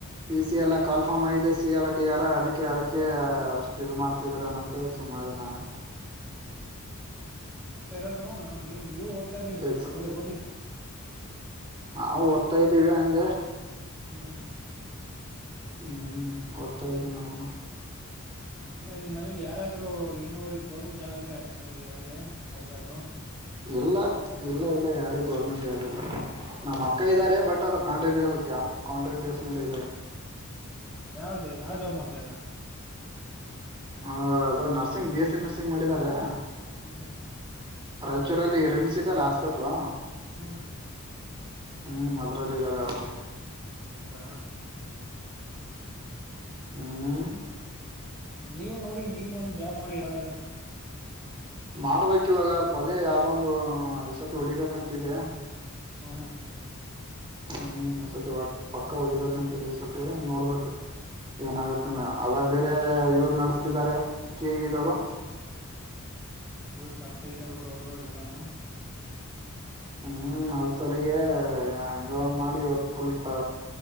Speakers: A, on the right; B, in the centre.
A: ಪಿ ಸಿ ಎಲ್ಲ ಕಾಲ್ ಫಾರ್ಮ್ ಆಗಿದೆ ಸಿ ಆರ್ ಡಿ ಆರ್ ಅದಿಕ್ಕೆ ಅದಿಕ್ಕೆ ಅಷ್ಟ್ ಇದು ಮಾಡ್ತಿದಾರ್ ಏನಂತ ಹೇಳ್ ಸುಮ್ ಮಾಡ್ ನಾನಾ
B: ಹ್ಮ ಇಲ್ಲ ಓದ್ತಾ ಇರೋದು ಹ ನೀ ನೀವು ಓದ್ತ್ರರಿ
A: ಎಕ್ಸ
B: ಹ ಓದಿ
A: ನಾವು ಓದ್ತಾ ಇದ್ದೀವಿ ಹಂಗೆ
B: ಹ್ಮ್
A: ಹ್ಮ್ ಓದ್ತಾ ಇದೀವಿ ನಾವ್ನು
B: ಅಂದ್ರೆ ನಿಮ್ಮ ಮನೆಲಿ ಯಾರಾದ್ರೂ ಆದ್ರು ಇನ್ನೋವರಿಗಿ ಗೌರ್ಮೆಂಟ್ ಜಾಬ್ ಇದೆಯಾ ನಿಮ್ಮ ಮನೆಲಿ ಯಾರ್ಗೆ ಯಾರಿಗಾದ್ರು
A: ಇಲ್ಲ ಇಲ್ಲ ಇಲ್ಲ ಯಾರಿಗ ಗೌರ್ಮೆಂಟ್ ಜಾಬ್ ಇಲ್ಲ ನಮ್ಮ್ ಅಕ್ಕ ಇದಾರೆ ಬಟ್ ಅದು ಕಾಂಟೆಕ್ಟ್ <unintelligible> ಕಾಂಟೆಕ್ಟ್ ಬೇಸ್ ಮೇಲೆ ಇದೆ
B: ಹೌದಾ ಯಾವ ಯಾವ್ ಜಾಬ್ ಮಾಡ್ತಾ ಇದಾರೆ
A: ಹ ಅದು nursing B S C nursing ಮಾಡಿದ್ದಾರೆ
B: ಹ್ಮ್ ಹ್ಮ್
A: ರಾಯಚೂರಲ್ಲಿ ರಿಮ್ಸ್ ಇದೆಲ್ಲಾ ಹಾಸ್ಪೆಟ್ಲ್
B: ಹ್ಮ್
A: ಹ್ಮ್ ಅದ್ರಲ್ ಇದಾರೆ ಅವರು
B: ಹೌದಾ ಹ್ಮ ಹ್ಮ
A: ಹ್ಮ್
B: ನೀವು ನೋಡಿ ನೀವು ಒಂದ್ ಜಾಬ್ ಮಾಡಿ ಯಾವ್ದಾದ್ರು
A: ಮಾಡ್ಬೇಕ್ ಇವಾಗ ಅದೆ ಯಾವ್ದೊಂದು ಈಸತಿ ಹೊಡಿಬೇಕಂತಿದೆ
B: ಹ್ಮ ಹ್ಮ
A: ಹ್ಮ್ ಈ ಸತಿ ಹೊಡ್ ಪಕ್ಕ ಹೊಡಿಬೇಕಂತ ಇದೆ ಸತಿ ನೋಡ್ಬೇಕ ಏನಾಗುತ್ ನಾ ಅದ್ರಾಗ್
B: ಹೌದಾ
A: ಬೇರೆ ಇವ್ರು ನಡೆಸ್ತಿದ್ದಾರೆ ಕೆಇ ದೊರು
B: ಹ್ಮ್ ಫುಲ್ ಟಫ್ ತೆಗೀತಾರ ಅವರು ಎಕ್ಸಾಮೂ
A: ಹ್ಮ್ ಅದ್ ಸಲಾಗೆ ಹ್ಯಾಂಗೊ ಒಂದ್ ಮಾಡಿ ಇವತ್ ಫುಲ್ ಟ್